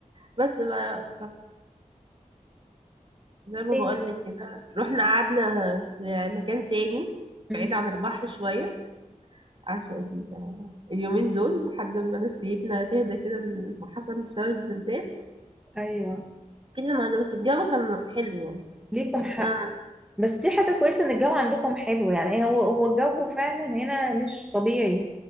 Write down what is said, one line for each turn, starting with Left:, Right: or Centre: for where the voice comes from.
Right: بس بقى زي ما
Centre: خير
Right: بقولك كده رحنا قعدنا في مكان تاني
Centre: امم
Right: بعيد عن البحر شوية عشان آه، اليومين دول لحد ما نفسيتنا تهدى كده من اللي حصل بسبب الزلزال
Centre: ايوه
Right: كده النهاردة بس الجو كان حلو يعني
Centre: ليكم
Right: كان
Centre: حق
Right: آه،
Centre: بس دي حاجة كويسة ان الجو عندكم حلو يعني إيه، هو هو الجو فعلا هنا مش طبيعي